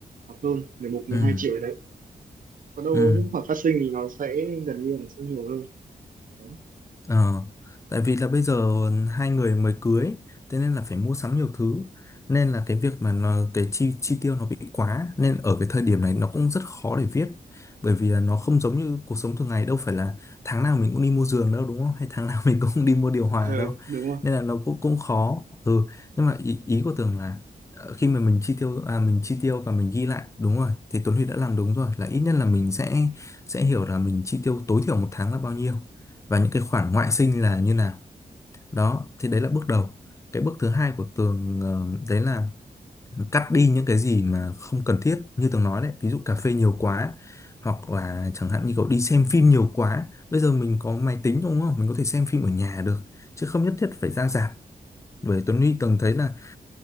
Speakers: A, on the right; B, on the left.
A: hoặc hơn mười một mười
B: ừ
A: hai triệu đấy còn đâu
B: ừ
A: những khoản phát sinh thì nó sẽ gần như là nó sẽ nhiều hơn đấy <laughs>
B: Ờ, tại vì là bây giờ hai người mới cưới, thế nên là phải mua sắm nhiều thứ, nên là cái việc mà nó, cái chi chi tiêu nó bị quá, nên ở cái thời điểm này nó cũng rất khó để viết, bởi vì là nó không giống như cuộc sống thường ngày đâu phải là tháng nào mình cũng đi mua giường đâu đúng không, hay tháng nào <laughs> mình cũng đi mua điều hòa
A: Ờ,
B: đâu,
A: đúng rồi
B: nên là nó cũng cũng khó. Ừ, nhưng mà ý, ý của Tường là ờ, khi mà mình chi tiêu à, mình chi tiêu và mình ghi lại đúng rồi thì Tuấn Huy đã làm đúng rồi là ít nhất là mình sẽ sẽ hiểu là mình chi tiêu tối thiểu một tháng là bao nhiêu và những cái khoản ngoại sinh là như nào đó thì đấy là bước đầu cái bước thứ hai của Tường ờ, đấy là cắt đi những cái gì mà không cần thiết như Tường nói đấy ví dụ cà phê nhiều quá hoặc là chẳng hạn như cậu đi xem phim nhiều quá bây giờ mình có máy tính đúng không mình có thể xem phim ở nhà được chứ không nhất thiết phải ra rạp bởi Tuấn Huy Tường thấy là